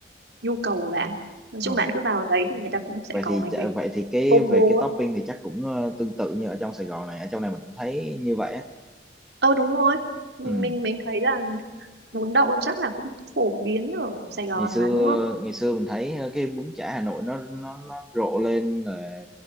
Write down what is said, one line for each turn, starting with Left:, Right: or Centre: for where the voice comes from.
Right: nhu cầu của bạn. Nói chung
Centre: ờ.
Right: bạn cứ vào đấy thì người ta cũng sẽ
Centre: vậy
Right: có
Centre: thì
Right: mấy
Centre: chả-
Right: cái
Centre: vậy thì cái
Right: combo
Centre: về cái topping
Right: á.
Centre: thì chắc cũng ờ, tương tự như ở trong Sài Gòn này ở trong này mình cũng thấy như vậy á
Right: Ờ đúng rồi. Mình
Centre: ừ
Right: mình mình thấy là bún đậu chắc là cũng phổ biến ở Sài Gòn
Centre: ngày xưa
Right: mà đúng không?
Centre: ngày xưa mình thấy ờ, cái bún chả Hà Nội nó nó nó rộ lên là